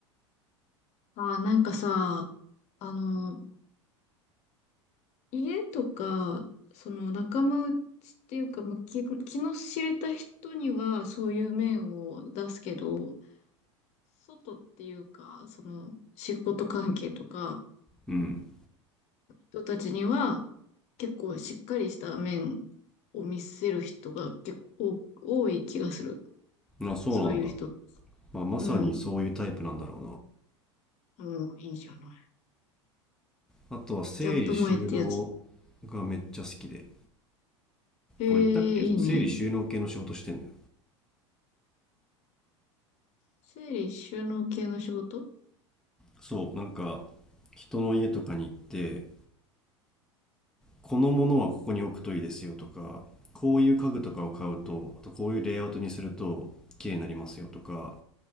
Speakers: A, on the left; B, in the centre.
A: あー、なんかさ、あの、家とか、その仲間内っていうか、まあ、気、気の知れた人にはそういう面を出すけど、外っていうか、その仕事関係とか、
B: うん
A: 人たちには結構しっかりした面を見せる人が結構多多い気がする。
B: あそうなんだ、
A: そういう人って。
B: まあ、まさにそういうタイプなんだろう
A: うん。もういいんじゃない。
B: なあとは整理収納
A: ギャップ萌えってやつ。
B: がめっちゃ好きで
A: え
B: 俺言ったっけその整理収納系の仕事してんのよ
A: えいいね、いいね。整理収納系の仕事
B: そうなんか人の家とかに行ってこのものはここに置くといいですよとかこういう家具とかを買うとあとこういうレイアウトにすると綺麗になりますよとか